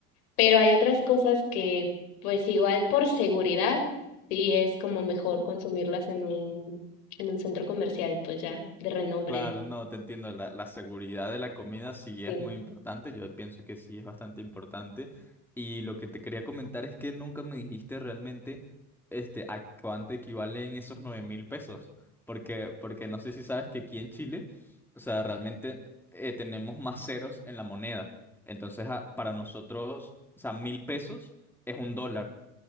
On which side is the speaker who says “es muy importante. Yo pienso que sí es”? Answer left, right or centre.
Centre